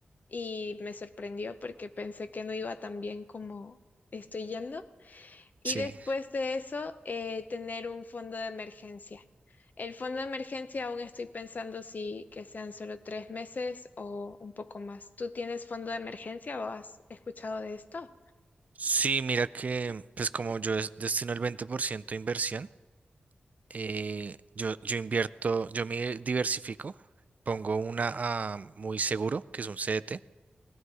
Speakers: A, on the left; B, on the right.
A: y me sorprendió porque pensé que no iba tan bien como estoy yendo. Y
B: sí.
A: después de eso, eh, tener un fondo de emergencia. El fondo de emergencia aún estoy pensando si que sean solo tres meses o un poco más. ¿Tú tienes fondo de emergencia o has escuchado de esto?
B: Sí, mira que, pues como yo es- destino el 20% de inversión, eh, yo, yo invierto, yo me diversifico, pongo una a muy seguro, que es un CDT,